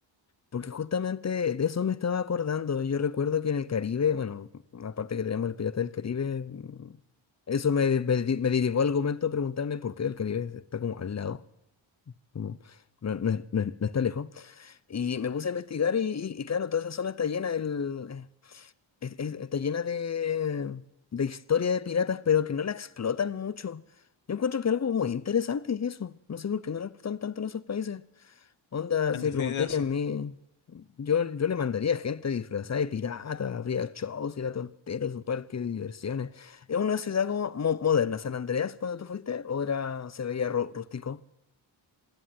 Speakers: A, on the left; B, on the left.
A: Porque justamente de eso me estaba acordando. Yo recuerdo que en el Caribe, bueno, aparte que tenemos el Pirata del Caribe, mm, eso me, me, di- me derivó al argumento de preguntarme por qué el Caribe está como al lado, como no, no, es- no es- no está lejos. Y me puse a investigar y, y- y claro, toda esa zona está llena, del, eh, es- es- está llena de, de historia de piratas, pero que no la explotan mucho. Yo encuentro que algo muy interesante es eso. No sé por qué no la explotan tanto en esos países. Onda,
B: En
A: si
B: definitiva,
A: me preguntáis
B: sí.
A: a mí, yo, yo le mandaría gente disfrazada de pirata, habría shows y la tontera, su parque de diversiones. ¿Es una ciudad como mo- moderna, San Andreas, cuando tú fuiste? ¿O era, se veía ru- rústico?